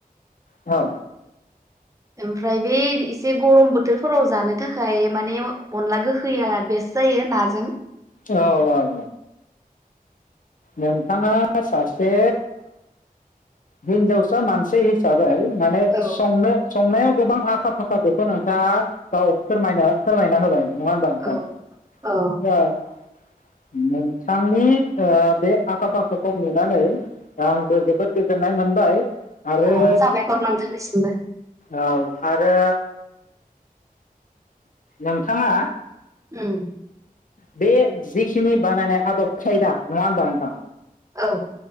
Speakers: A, on the left; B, on the right.
A: औ
B: ओमफ्राय बै एसे गरम बोथोरफोराव जानो थाखाय माने अनला गोखैया बेस जायो नाजों
A: औ औ नोंथाङा सासे हिनजावसा मानसि हिसाबै माने
B: औ
A: संनो संनायाव गोबां आखा फाखा बेखौ नोंथाङा गाव फोरमायनो फोरमायना होबाय नङा होनबा नोंथां
B: औ औ
A: <unintelligible> नोंथांनि ओ बे आखा फाखाखौ नुनानै दा आंबो जोबोद गोजोननाय मोनबाय आरो
B: अ साबायखर नोंथांनिसिमबो
A: औ आरो नों थाङा
B: ओम
A: बे जिखिनि बानायनाय आदब खायदा नङा होनबा नोंथां?
B: औ